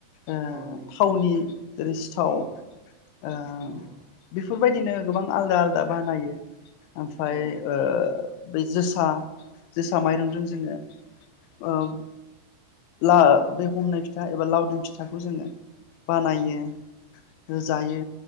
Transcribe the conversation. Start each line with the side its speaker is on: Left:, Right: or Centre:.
Left: ओह
Right: औ उम औ
Left: थावनि जेरै सिथाव
Right: औ
Left: ओ
Right: औ नंगौ
Left: बेफोरबायदिनो गोबां आलदा आलादा बानायो ओमफ्राय
Right: औ
Left: ओ बै जोसा जोसा माइरंजों जोङो ओम ला बे हमनाय फिथा एबा लावदुम फिथा फिथाखौ जोङो बानायो जायो